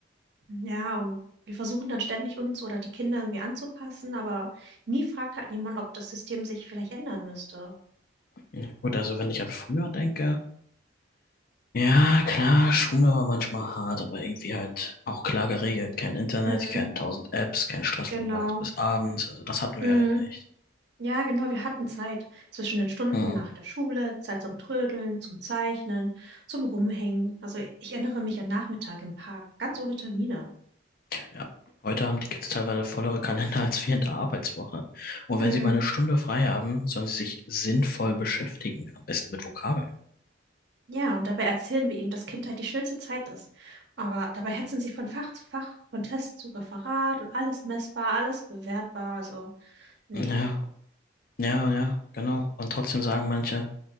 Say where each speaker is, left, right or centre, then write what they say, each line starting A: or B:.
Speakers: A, on the right; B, on the left.
A: Hm, Ja, und wir versuchen dann ständig uns oder die Kinder irgendwie anzupassen, aber nie fragt halt jemand, ob das System sich vielleicht ändern müsste.
B: Ja gut, also wenn ich an früher denke, ja klar, Schule war manchmal hart, aber irgendwie halt auch klar geregelt. Kein Internet,
A: Mhm.
B: keine tausend Apps, kein Stress
A: Genau.
B: von morgens bis abends. Also das hatten
A: Mhm.
B: wir halt nicht.
A: Ja, genau, wir hatten Zeit zwischen den Stunden
B: Hm.
A: nach der Schule, Zeit zum Trödeln, zum Zeichnen, zum Rumhängen. Also ich erinnere mich an Nachmittag im Park, ganz ohne Termine.
B: Ja. Heute haben die Kids teilweise vollere Kalender als wir in der Arbeitswoche. Und
A: Mm,
B: wenn sie mal eine Stunde frei haben, sollen sie sich sinnvoll beschäftigen, am besten mit Vokabeln.
A: ja, und dabei erzählen wir ihnen, dass Kindheit die schönste Zeit ist. Aber dabei hetzen sie von Fach zu Fach, von Test zu Referat und alles messbar, alles bewertbar. Also, nee.
B: Ja, ja, ja, genau. Und trotzdem sagen manche,